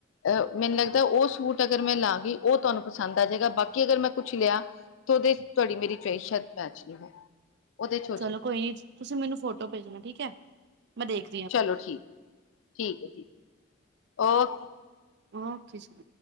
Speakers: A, on the left; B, on the right.
A: ਅਹ, ਮੈਨੂੰ ਲੱਗਦਾ ਉਹ ਸੂਟ ਅਗਰ ਮੈਂ ਲਾਂਗੀ ਉਹ ਤੁਹਾਨੂੰ ਪਸੰਦ ਆ ਜਾਏਗਾ, ਬਾਕੀ ਅਗਰ ਮੈਂ ਕੁਛ ਲਿਆ, ਤਾਂ ਉਹਦੇ ਤੁਹਾਡੀ ਮੇਰੀ ਚੋਇਸ ਸ਼ਾਇਦ ਮੈਚ ਨਹੀਂ ਹੋ ਉਹਦੇ ਚ ਹੋ ਜਾਏ
B: ਚਲੋ ਕੋਈ ਨੀ, ਤੁਸੀਂ ਮੈਨੂੰ ਫੋਟੋ ਭੇਜਣਾ ਠੀਕ ਹੈ, ਮੈਂ ਦੇਖ
A: ਚਲੋ ਠੀਕ ਹੈ, ਠੀਕ ਹੈ, ਠੀਕ ਓਕੇ,
B: ਓਕੇ ਜੀ।